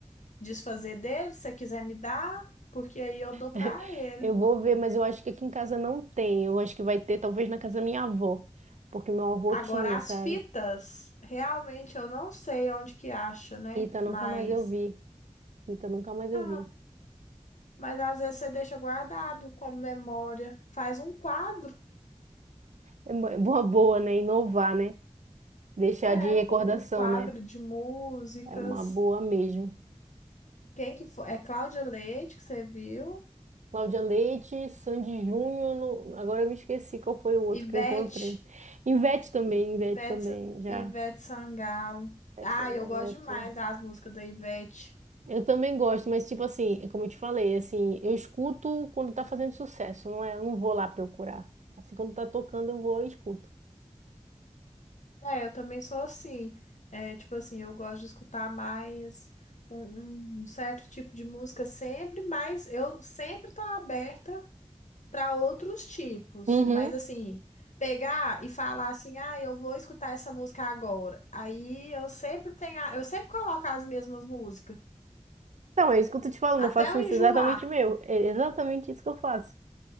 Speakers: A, on the left; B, on the right.
A: desfazer dele, se você quiser me dar, porque aí eu dou para
B: <laughs>
A: ele.
B: Eu vou ver, mas eu acho que aqui em casa não tem. Eu acho que vai ter, talvez, na casa da minha avó. Porque meu avô
A: Agora,
B: tinha,
A: as
B: sabe?
A: fitas, realmente eu não sei onde que acha, né?
B: Rita, nunca
A: Mas,
B: mais eu vi. Rita, nunca mais eu
A: ah,
B: vi.
A: mas às vezes você deixa guardado como memória. Faz um quadro,
B: É uma boa, boa, né? Inovar, né? Deixar
A: é,
B: de recordação,
A: com um quadro
B: né?
A: de músicas.
B: É uma boa mesmo.
A: Quem que foi? É Cláudia Leite, que você viu.
B: Cláudia Leite, Sandy Júnior, não- agora eu me esqueci qual foi o outro
A: Ivete,
B: que eu encontrei. Ivete também,
A: I-
B: Ivete
A: Ivete,
B: também, já.
A: Ivete Sangalo.
B: Ivete
A: Ah,
B: Sangalo,
A: eu gosto
B: Ivete.
A: demais das músicas da Ivete.
B: Eu também gosto, mas tipo assim, é como eu te falei, assim, eu escuto quando tá fazendo sucesso, não é? Eu não vou lá procurar. Assim, quando tá tocando, eu vou e escuto.
A: É, eu também sou assim. É, tipo assim, eu gosto de escutar mais um, um certo tipo de música sempre, mas eu sempre tô aberta para outros tipos.
B: Uhum.
A: Mas assim, pegar e falar assim, ah, eu vou escutar essa música agora. Aí eu sempre tenho, a- eu sempre coloco as mesmas músicas,
B: Então, é isso que eu tô te falando,
A: até
B: eu faço
A: eu
B: isso
A: enjoar.
B: exatamente meu. É exatamente isso que eu faço.